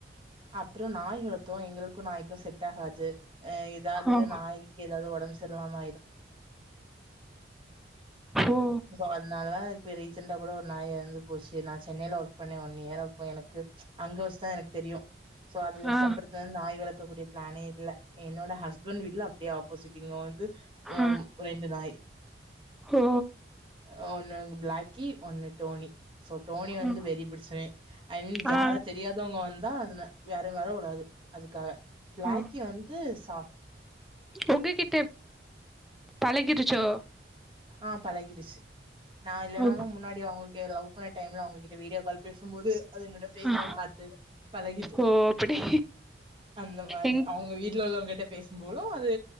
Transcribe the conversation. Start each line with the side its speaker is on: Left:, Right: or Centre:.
Right: அப்புறம் நாய் வளர்த்தோம் எங்களுக்கும் நாய்க்கும் செட் ஆ அது <unintelligible>
Centre: ஓ
Right: ஆயிரும்
Centre: ஓ
Right: சோ அதுனால இப்போ ரீசண்டா கூட ஒரு நாய் எறந்து போச்சு நான் சென்னையில ஒர்க் பண்ணேன் ஒன்னு இயர் எனக்கு அங்க வச்சுதான் எனக்கு தெரியும் சோ அதுக
Centre: ஆ
Right: ப்புறத்துலருந்து நாய் வளக் இருக்க கூடிய பிளானே இல்ல என்னோட ஹஸ்பன்ட் வீட்ல அப்டியே ஆப்போசிட் இங்க வந்து உம்
Centre: ஆ
Right: ரெண்டு நாய்
Centre: ஓ
Right: அ ஒன்னு ப்ளாக்கி ஒன்னு டோனி சோ டோனி வந்து
Centre: ஓ,
Right: வெறி பிடிச்சவே ஐ மீன்
Centre: ஆ
Right: யாரா தெரியாதவங்க வந்து தா அதுன வேற வேற உடாது அதுக்காக பிளாக்கி
Centre: ஓ.
Right: வந்து சா
Centre: உங்ககிட்ட எப் பழகிருச் ச்சோ
Right: ஆஹ் பழகிடுச்சு நா இல்லன்னாலு
Centre: ஓ
Right: முன்னாடி அவுங் லவ் பண்ண டைம்ல அவுங்ககிட்ட வீடியோ கால் பேசும்போது அது என்னோட பேஸ்ல்லா
Centre: ஆ,
Right: பாத்து பழகிட்டு
Centre: ஓ அப்படி
Right: அந்த மாதிரி
Centre: எங்
Right: அவுங்க வீட்டுல உள்ளவங்கக்கிட்ட பேசும்போது அது